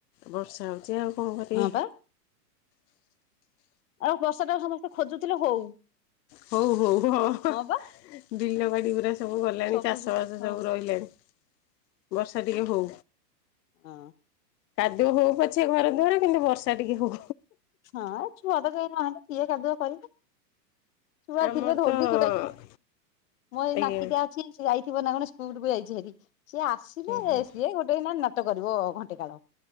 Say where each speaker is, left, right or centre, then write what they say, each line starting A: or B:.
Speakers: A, on the left; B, on the left.
A: ବର୍ଷା ହଉଛି ଆଉ କଣ କରିବେ।
B: ହଁ ପା ଆଉ ବର୍ଷା ଟା ସମସ୍ତେ ଖୋଜୁଥିଲେ ହଉ।
A: ହଉ ହଉ ଅହ।
B: ହଁ ପା
A: ବିଲ ବାଡି ଗୁରା ସବୁ ଗଲାଣି
B: ସବୁ
A: ଚାଷ ବାସ
B: ହଁ
A: ସବୁ ରହିଲାଣିଲ ବର୍ଷା ଏହଉ।
B: ହଁ।
A: କାଦୁଅ ହଉ ପଛେ ଘର ଦୁଆରେ କିନ୍ତୁ ବର୍ଷା ଟିକେ ହଉ।
B: ହଁ ଛୁଆଟା ତ କେହି ନହାନ୍ତି କିଏ କାଦୁଅ କରିବ। ଛୁଆ
A: ଆମର
B: ଥିଲେ ଧୌଡି
A: ତ
B: ଧୋଡା କି ମୋ ଏ
A: ଆଜ୍ଞା
B: ନାତିଟା ଅଛି ସେ ଯାଇଥିବ ନାଚ ସ୍କୁଲକୁ ଯାଇଚିହାରି ସିଏ ଆସିଲେ
A: ହୁଁ ହୁଁ
B: ସିଏ ଗୋଟେ ଏଇନା ନାଟ କରିବ ଘଣ୍ଟେ କାଳ।